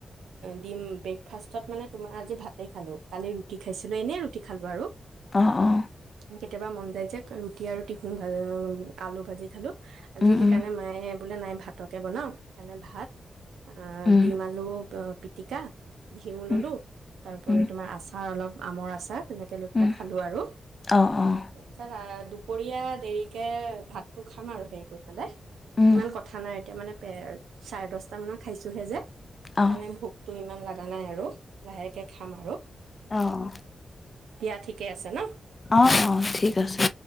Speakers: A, on the right; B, on the left.
A: দিম ব্ৰেকফাষ্টত মানে তোমাৰ আজি ভাতে খালো কালি ৰুটি খাইছিলো এনেই। ৰুটিখালো ব আৰু।
B: অহ অ।
A: কেতিয়াবা মন যায় যে ৰুটি আৰু টিহু ভ আলু ভাজি খালোঁ। আজি
B: উম,
A: সেইকাৰণে
B: উম,
A: মায়ে। বোলে নাই ভাতকে বনাওঁ সেইকাৰণে ভাত। আ
B: উম,
A: দিম আলু। পিটিকা ঘিউ ললোঁ,
B: উম,
A: তাৰোপৰি
B: উম,
A: তোমাৰ আচাৰ অলপ আমৰ আচাৰ তেনেকে লৈ পেলাই
B: উম,
A: খালো আৰু
B: অ' অ'
A: এনেকে তছত আ দুপৰীয়া দেৰিকে ভাতটো খাম আৰু হেৰি কৰি
B: উম,
A: ইমান কথা নাই এতিয়া মানে চাৰে দচটা মানত খাইছোহে যে সেকাণে
B: অ'
A: ভোকটো ইমান লাগা নাই আৰু লাহেকে খাম আৰু
B: অহ।
A: দিয়া ঠিকে আছে ন
B: অ', অ', ঠিক আছে।